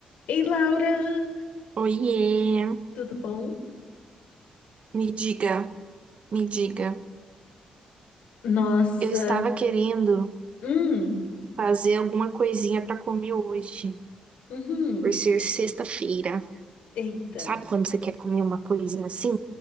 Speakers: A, on the left (about 85°); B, on the right (about 55°).
A: Ei, Laura,
B: Oiê,
A: tudo bom?
B: me diga, me diga.
A: Nossa,
B: Eu estava querendo
A: hum,
B: fazer alguma coisinha para comer hoje,
A: uhum,
B: por ser sexta-feira.
A: eita,
B: Sabe quando você quer comer uma coisinha assim?